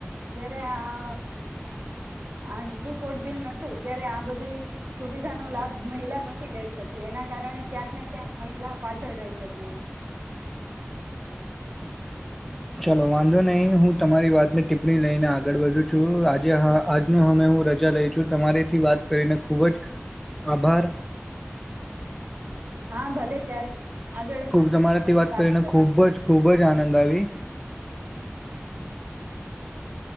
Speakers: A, on the right; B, in the centre.
A: જયારે આ આ હિન્દુ કોટ બિલ નતું. ત્યારે આ બધી સુવિધાનો લાભ મહિલા નથી લઈ શકતી, એના કારણે ક્યાંક ને ક્યાંક મહિલા પાછળ રહી જતી હોય છે.
B: ચાલલો વાંધો નહીં. હું તમારી વાતને ટીપ્પણી લઈને આગળ વધુ છું આજે આજનો અમે હું રજા લઈ છું તમારીથી વાત કરીને ખુબ જ, આભાર.
A: હા ભલે ત્યારે. આગળ
B: ખુબ તમારાથી
A: પછી
B: વાત કરીને,
A: કરીએ
B: ખુબ જ ખુબ. ખૂબજ આનંદ આવી.
A: <inaudible>